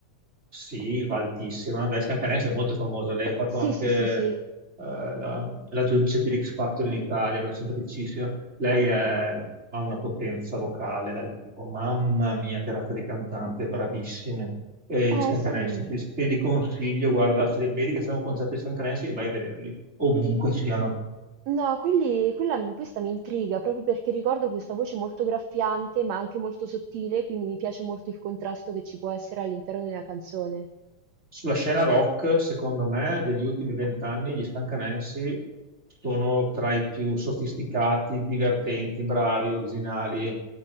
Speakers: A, on the right; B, on the right.
A: Sì, va altissima. Dai, Scalcanese è molto famosa. Lei ha fatto
B: Sì,
A: anche
B: sì,
A: eh,
B: sì, sì.
A: la, la giudice per X Factor in Italia, che è simpaticissima. Lei è- ha una potenza vocale, dai, dico, mamma mia, che razza di cantante, bravissime. E
B: Eh,
A: gli Scalcanese,
B: sai,
A: te, te li consiglio, guarda, se vedi che c'è un concerto di Scalcanese, vai a vederli, ovunque siano.
B: no, quelli, quella, questa mi intriga proprio perché ricordo questa voce molto graffiante, ma anche molto sottile, quindi mi piace molto il contrasto che ci può essere all'interno di una canzone,
A: Sulla scena rock, secondo me, degli ultimi vent'anni gli Scancanensi sono tra i più sofisticati, divertenti, bravi, originali.